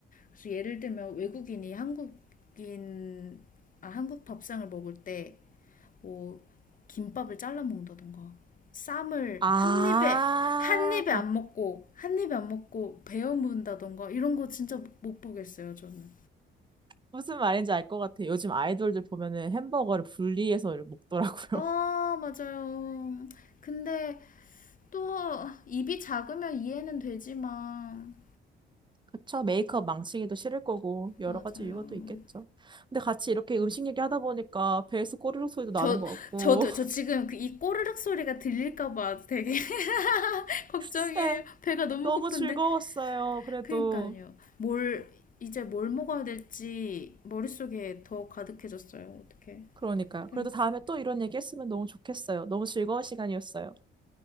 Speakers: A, on the left (about 40°); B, on the right (about 25°).
A: 그래서 예를 들면 외국인이 한국인 아, 한국 밥상을 먹을 때 뭐 김밥을 잘라 먹는다던가 쌈을
B: 아,
A: 한 입에 한 입에 안 먹고 한 입에 안 먹고 베어 문다던가 이런 거 진짜 못 보겠어요, 저는.
B: 무슨 말인지 알 것 같아요. 요즘 아이돌들 보면은 햄버거를 분리해서 먹더라고요.
A: 아,
B: <laughs>
A: 맞아요. 근데 또 입이 작으면 이해는 되지만
B: 그쵸, 메이크업 망치기도 싫을 거고, 여러
A: 맞아요.
B: 가지 이유가 또 있겠죠. 근데 같이 이렇게 음식 얘기하다 보니까 배에서 꼬르륵 소리도 나는
A: 저
B: 것 같고.
A: 저도 저 지금 그 이 꼬르륵 소리가 들릴까 봐 되게 <laughs> 걱정이에요.
B: <laughs> 네,
A: 배가 너무
B: 너무
A: 고픈데
B: 즐거웠어요. 그래도.
A: 그러니까요. 뭘 이제 뭘 먹어야 될지 머릿속에 더 가득해졌어요. 어떻게?
B: 그러니까요.
A: 그러니까요.
B: 그래도 다음에 또 이런 얘기 했으면 너무 좋겠어요. 너무 즐거운 시간이었어요.